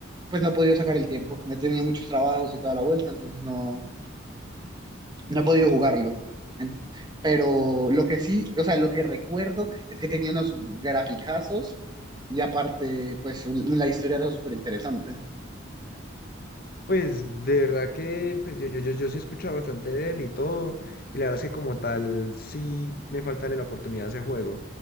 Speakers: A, on the right; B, on the left.
A: pues no he podido sacar el tiempo, he tenido muchos trabajos y toda la vuelta, entonces no, No he podido jugarlo. En- Pero lo que sí, o sea, lo que recuerdo es que tenía unos graficazos y aparte, pues un- la historia era súper interesante.
B: Pues de verdad que pues yo, yo, yo, yo sí he escuchado bastante de él y todo, y la verdad es que como tal sí me falta la oportunidad de ese juego,